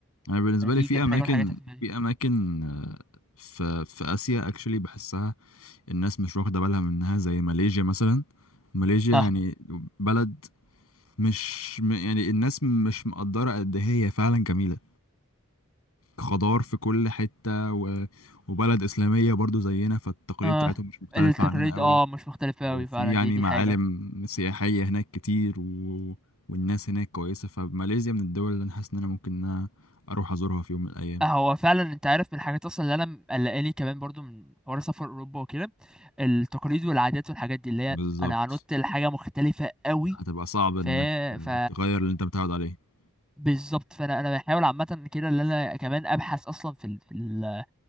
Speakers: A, on the left; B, in the centre.
A: انا بالنسبة
B: فدي
A: لي في
B: كانت
A: اماكن
B: حاجه من الحاجات اللي في دماغي
A: في اماكن آه، في في اسيا اكشلي بحسها الناس مش واخدة بالها منها زي ماليزيا مثلا ماليزيا
B: اه
A: يعني بلد مش م- يعني الناس مش مقدرة قد إيه هي فعلا جميلة خضار في كل حتة و... وبلد إسلامية برضو زينا فالتقاليد
B: اه
A: بتاعتهم مش مختلفة
B: التقاليد
A: عننا قوي
B: اه مش مختلفه
A: وفي
B: قوي فعلا
A: يعني
B: دي دي
A: معالم
B: حاجه
A: سياحية هناك كتير و... والناس هناك كويسة فماليزيا من الدول اللي أنا حاسس إن أنا ممكن إن أنا أروح أزورها في يوم من الأيام
B: آه، هو فعلا انت عارف من الحاجات اصلا اللي انا مقلقاني كمان برضو من حوار سفر اوروبا وكده التقاليد والعادات والحاجات دي اللي هي
A: بالظبط
B: انا هنط لحاجه مختلفه قوي
A: هتبقى صعب إنك
B: ف... ف...
A: تغير اللي أنت متعود عليه
B: بالظبط فانا انا بحاول عامه كده ان انا كمان ابحث اصلا في ال- في ال-